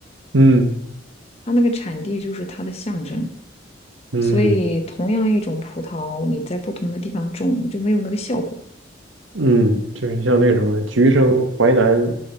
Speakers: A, on the right; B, on the left.
A: 嗯
B: 它那个产地就是它的象征，
A: 嗯。
B: 所以同样一种葡萄，你在不同的地方种就没有那个效果。
A: 嗯，就是像那个什么“橘生淮南，